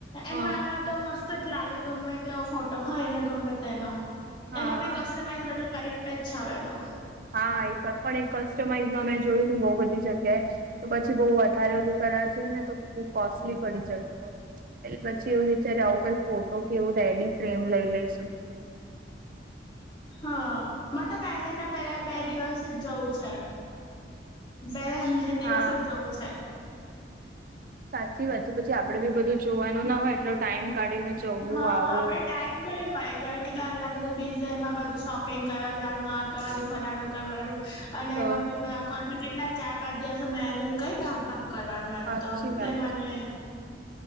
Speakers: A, on the right; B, on the left.
A: હા
B: એમાં તો મસ્ત જ લાગે ગમે તેવો ફોટો હોય એને ગમે તેનો
A: હા
B: એમાં ભી કસ્ટમાઈઝ બધા કરી આપેજ છે હવે તો.
A: હા એક પણ એક કસ્ટમાઈઝમાં મેં જોયુંને બઉ બધી બી જગ્યાએ તો પછી બહુ વધારે ઓલું કર્યા છે ને તો કોસ્ટલી પડી જતો તો એટલે પછી એવું વિચારે આવું કઈ ફોટો કે એવું રેડી ફ્રેમ લઈ લઈ <inaudible>
B: હા. મ તો મેરેજના પેલા બે દિવસ જ જવું છે. પેલા બે દિવસ
A: હા
B: જ જવું છે.
A: સાચી વાત છે પછી આપડે બી બધું જોવાનું ના હોય એટલો ટાઈમ કાઢીને જવું
B: હા
A: આવું
B: આપડે ટાઈમ કયું હોય? બ કેટલા આલા બધા બીઝમાં બધું શોપિંગ કરવા જાવાનું આકરનું ફલાણું કરવાનું અને
A: તો
B: એમાં બી કો કેટલા ચાર પાંચ દિવસો મ <unintelligible> કઈ ભાગ ભાગ કરવાનો એકય
A: સાચી
B: તો એટલે
A: વાત
B: મને